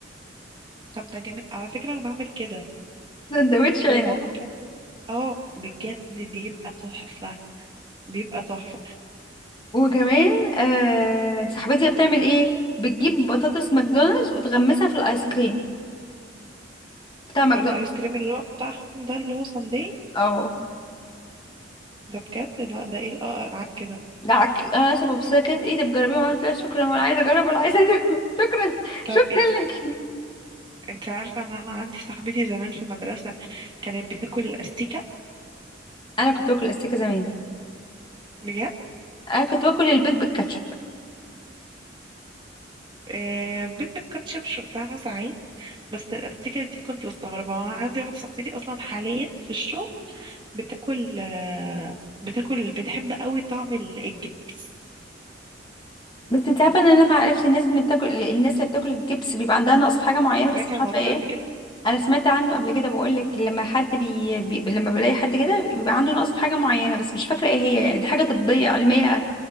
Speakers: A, on the right; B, on the left.
A: طب ده جميل على فكره انا بعمل كده
B: <laughs> سندوتش عنب
A: وماما كانت اه بجد بيبقى تحفه بيبقى تحفه
B: وكمان آه صاحبتي بتعمل ايه بتجيب بطاطس ماكدونالدز وتغمسها في الايس كريم بتاع ماكدونالدز
A: في الايس كريم اللي هو بتاعهم ده اللي هو ساندي
B: اه
A: ده بجد لا ده ايه القرف كده
B: دعك انا سبب بس هي كانت ايه ده بتجربيها قلت لا شكرا ولا عايزه اجرب ولا عايزه أدوق. <laughs> شكرا
A: طب
B: شكرا
A: انت
B: لك
A: انت عارفه ان انا عندي صاحبتي زمان في المدرسه كانت بتاكل الاستيكه
B: انا كنت باكل استيكه زمان
A: بجد
B: انا كنت باكل البيض بالكاتشب
A: آه بيض بالكاتشب شفتها ساعات بس الستيكر دي كنت بستغربها أنا عندي واحدة صاحبتي أصلا حاليا في الشغل بتاكل آه، بتاكل بتحب قوي طعم ال- الجبس
B: بس انت عارفه ان انا لما عرفت الناس اللي بتاكل الناس اللي بتاكل الجبس بيبقى عندها نقص في حاجه معينه
A: سمعتي
B: بس مش
A: عن الموضوع
B: عارفه ايه
A: ده قبل كده؟
B: انا سمعت عنه قبل كده بقول لك لما حد بي... بي... لما بلاقي حد كده بيبقى عنده نقص في حاجه معينه بس مش فاكره ايه هي يعني دي حاجه طبيه علميه